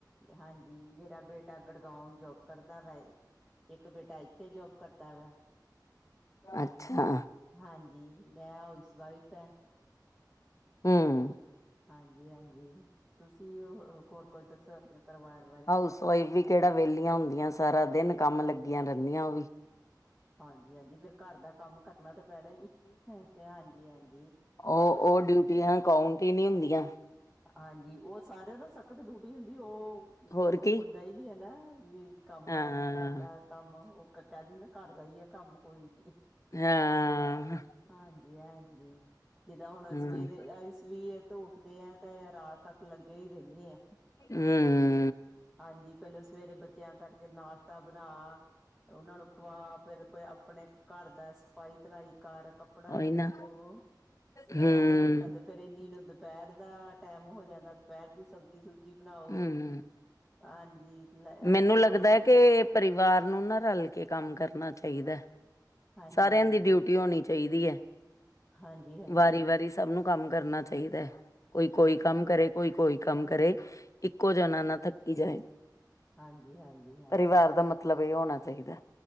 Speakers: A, in the centre; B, on the left.
A: ਹਾਂਜੀ, ਮੇਰਾ ਬੇਟਾ ਗੜਗਾਓ ਜੋਬ ਕਰਦਾ ਵਾ। ਇੱਕ ਬੇਟਾ ਏਥੇ ਜੋਬ ਕਰਦਾ ਵਾ।
B: ਅੱਛਾ।
A: ਹਾਂਜੀ, ਮੈਂ ਹਾਊਸਵਾਈਫ ਐ।
B: ਹੁੰ।
A: ਹਾਂਜੀ-ਹਾਂਜੀ, ਤੁਸੀਂ ਹੋਰ ਕੋਜ ਦੱਸੋ ਅਪਨੇ ਪਰਵਾਰ
B: ਹਾਊਸਵਾਈਫ ਵੀ ਕੇੜਾ ਵੇਲੀਆਂ ਹੁੰਦੀਆਂ ਸਾਰਾ ਦਿਨ ਕੰਮ ਲੱਗੀਆਂ ਰੈਂਦੀਆਂ ਓ ਵੀ।
A: ਹਾਂਜੀ-ਹਾਂਜੀ, ਫੇਰ ਘਰ ਦਾ ਕੰਮ ਕਰਨਾ ਤਾਂ ਪੈਣਾਈ, ਮੈਂ ਕੇਯਾ ਹਾਂਜੀ-ਹਾਂਜੀ।
B: ਓ ਓ ਡਿਊਟੀਆਂ ਕਾਉਂਟ ਈ ਨੀਂ ਹੁੰਦੀਆਂ।
A: ਹਾਂਜੀ, ਓ ਸਾਰੇਆਂ ਦਾ ਸਖ਼ਤ ਡੂਟੀ ਹੁੰਦੀ, ਓ
B: ਹੋਰ ਕੀ।
A: ਹੁੰਦਾ ਹੀ ਨੀ ਹੈਨਾ ਵੀ। ਕੰਮ
B: ਹਾਂ,
A: ਘਰ ਦਾ ਕੰਮ ਓ, ਕੈ ਦਿੰਦੇ ਘਰ ਦਾ ਈਐ ਕੰਮ, ਕੋਈ ਨੀ।
B: ਹਾਂ,
A: ਹਾਂਜੀ-ਹਾਂਜੀ। ਜਿੱਦਾਂ ਹੋਨ
B: ਹੂੰ।
A: ਸਵੇਰੇ ਅਸ ਵੀ ਤੋਂ ਉੱਠਦੇ ਆ ਤੇ ਰਾਤ ਤੱਕ ਲੱਗੇਈ ਰਹਿੰਨੇ ਆਂ।
B: ਹੁੰ।
A: ਹਾਂਜੀ, ਪੈਲੋਂ ਸਵੇਰੇ ਬੱਚੇਆਂ ਕਰਕੇ ਨਾਸ਼ਤਾ ਬਨਾ। ਓਨਾਂ ਨੂੰ ਖਵਾ ਫੇਰ ਅਪਨੇ ਅਪਨੇ ਘਰ ਦਾ ਸਫਾਈ-ਪਲਾਈ ਕਰ। ਕੱਪੜਾ
B: ਉਹੀ
A: ਲੀੜਾ
B: ਨਾ
A: ਤੋਂ,
B: ਹੂੰ,
A: ਸਾਰਾ ਕੁਛ ਕਰਦੇ। ਫੇਰ ਇੰਨੀ ਨੂੰ ਦੁਪਹਿਰ ਦਾ ਟੈਮ ਹੋ ਜਾਂਦਾ, ਦੁਪਹਿਰ ਦੀ ਸਬਜ਼ੀ-ਸੁਬਜੀ ਬਣਾਓ।
B: ਹੂੰ।
A: ਹਾਂਜੀ।
B: ਮੈਨੂੰ
A: ਬਣਾਓ
B: ਲੱਗਦਾ
A: ਰੋਟੀ
B: ਹੈ ਕਿ, ਪਰਿਵਾਰ ਨੂੰ ਨਾ ਰਲ ਕੇ ਕੰਮ ਕਰਨਾ ਚਾਹੀਦਾ।
A: ਹਾਂਜੀ
B: ਸਾਰਿਆਂ
A: ਹਾਂਜੀ
B: ਦੀ ਡਿਊਟੀ ਹੋਣੀ ਚਾਹੀਦੀ ਹੈ,
A: ਹਾਂਜੀ ਹਾਂਜੀ
B: ਵਾਰੀ-ਵਾਰੀ ਸ ਸਭ ਨੂੰ ਕੰਮ ਕਰਨਾ ਚਾਹੀਦਾ ਹੈ। ਕੋਈ-ਕੋਈ
A: ਹਾਂਜੀ
B: ਕੰਮ ਕਰੇ, ਕੋਈ-ਕੋਈ ਕੰਮ ਕਰੇ, ਇੱਕੋ ਜਣਾ ਨਾ ਥੱਕੀ ਜਾਏ।
A: ਹਾਂਜੀ-ਹਾਂਜੀ-ਹਾਂਜੀ।
B: ਪਰਿਵਾਰ ਦਾ ਮਤਲਬ ਹੋਣਾ ਚਾਹੀਦੇ।